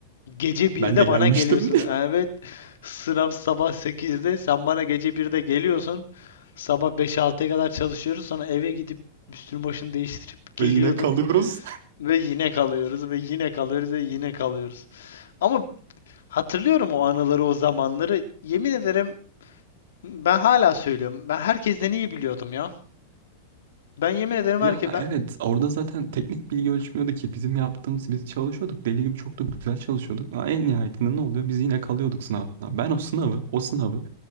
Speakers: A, on the left (about 85°); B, on the right (about 70°).
A: Gece birde
B: Ben de gelmiştim
A: bana geliyorsun. Evet. Sınav sabah sekizde Sen bana gece birde geliyorsun. Sabah beş 6ya kadar çalışıyoruz. Sonra eve gidip üstünü başını değiştirip
B: <laughs>
A: geliyordun.
B: ve yine kalıyoruz.
A: Ve yine kalıyoruz. Ve yine kalıyoruz. Ve yine kalıyoruz. Ama hatırlıyorum o anıları, o zamanları. Yemin ederim ben hala söylüyorum. Ben herkesten iyi biliyordum ya. Ben yemin ederim herke
B: Ya
A: ben
B: evet orada zaten teknik bilgi ölçmüyordu ki bizim yaptığımız biz çalışıyorduk deli gibi çok da güzel çalışıyorduk ama en nihayetinde ne oluyor biz yine kalıyorduk sınavdan. Ben o sınavı o sınavı